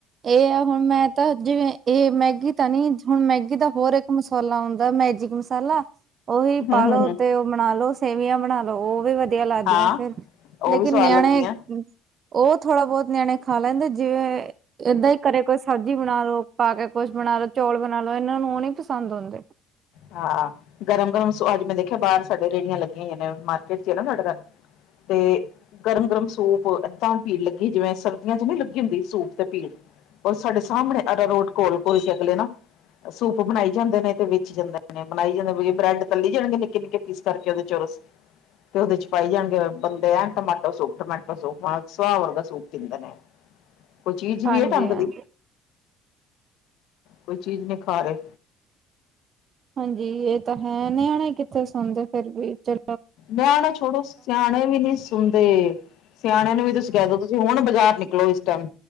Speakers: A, on the right; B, on the left.
A: ਇਹ ਆ ਹੁਣ ਮੈਂ ਤਾਂ ਜਿਵੇਂ ਇਹ ਮੈਗੀ, ਤਾਂ ਨੀ ਹੁਣ ਮੈਗੀ ਦਾ ਹੋਰ ਇੱਕ ਮਸਾਲਾ ਹੁੰਂਦਾ ਮੈਜਿਕ ਮਸਾਲਾ, ਉਹੀ
B: ਹੂੰ
A: ਪਾਲੋ
B: ਹੂੰ ਹੂੰ
A: ਤੇ ਉਹ ਬਣਾ ਲੋ, ਸੇਵੀਆਂ ਬਣਾ ਲੋ, ਉਹ ਵੀ ਵਧੀਆ ਲੱਗਦੀਆਂ
B: ਹਾਂ
A: ਫਿਰ ਲੇਕਿਨ
B: ਉਹ ਵੀ ਸਵਾਦ
A: ਨਿਆਣੇ,
B: ਲੱਗਦੀਆਂ
A: ਉਹ ਥੋੜਾ ਬਹੁਤ ਨਿਆਣੇ ਖਾ ਲੈਂਦੇ ਜਿਵੇਂ ਏਦਾਂ ਹੀ ਘਰੇ ਕੋਈ ਸਬਜ਼ੀ ਬਣਾ ਲੋ, ਪਾ ਕੇ ਕੁਛ ਬਣਾ ਲੋ, ਚੌਲ ਬਣਾ ਲੋ, ਇਹਨਾਂ ਨੂੰ ਉਹ ਨਹੀਂ ਪਸੰਦ ਆਉਦੇ।
B: ਹਾਂ, ਗਰਮ-ਗਰਮ ਅੱਜ ਮੈਂ ਦੇਖਿਆ ਬਾਹਰ ਸਾਡੇ ਰੇਹੜੀਆਂ ਲੱਗੀਆਂ ਹੋਈ ਨੇ ਮਾਰਕੀਟ ਚ ਆ ਨਾ ਸਾਡਾ ਘਰ ਤੇ ਗਰਮ-ਗਰਮ ਸੂਪ ਇੱਦਾਂ ਭੀੜ ਲੱਗੀ, ਜਿਵੇਂ ਸਰਦੀਆਂ ਚ ਨੀ ਲੱਗੀ ਹੁੰਦੀ ਸੂਪ ਤੇ ਭੀੜ ਔਰ ਸਾਡੇ ਸਾਹਮਣੇ ਅਰਾ ਰੋੜ ਘੋਲ-ਘੋਲ ਕੇ ਅਗਲੇ ਨਾ ਸੂਪ ਬਣਾਈ ਜਾਂਦੇ ਨੇ ਤੇ ਵੇਚ ਜਾਂਦੇ ਨੇ। ਬਣਾਈ ਜਾਂਦੇ, ‌ਬ੍ਰੈਡ ਤੱਲੀ ਜਾਣਗੇ ਨਿੱਕੇ-ਨਿੱਕੇ ਪੀਸ ਕਰਕੇ ਉਹਦੇ ਚੋ, ਤੇ ਉਹਦੇ ਚ ਪਾਈ ਜਾਣਗੇ, ਬੰਦੇ ਐਂ ਟਮਾਟੋ ਸੂਪ ਟਮਾਟੋ ਸੂਪ ਸਹਾਵਰ ਦਾ ਸੂਪ ਪੀਂਦੇ ਨੇ,
A: <inaudible>
B: ਕੋਈ ਚੀਜ਼ ਵੀ
A: ਹਾਂਜੀ
B: ਢੰਗ
A: ਹਾਂਜੀ
B: ਦੀ, ਕੋਈ ਚੀਜ਼ ਨਹੀ ਖਾ ਰਹੇਂ।
A: ਹਾਂਜੀ, ਇਹ ਤਾਂ ਹੈ ਨਿਆਣੇ ਕਿੱਥੇ ਸੁਣਦੇ ਫਿਰ ਵੀ ਚ
B: ਨਿਆਣੇ ਛੜੋ ਸਿਆਣੇ ਵੀ ਨਹੀਂ। ਸੁਣਦੇ ਸਿਆਣਿਆਂ ਨੂੰ ਵੀ ਤੁਸੀਂ ਕਹਿ ਦੋ, ਤੁਸੀਂ ਹੁਣ ਬਜ਼ਾਰ ਨਿਕਲੋ ਇਸ ਟਾਈਮ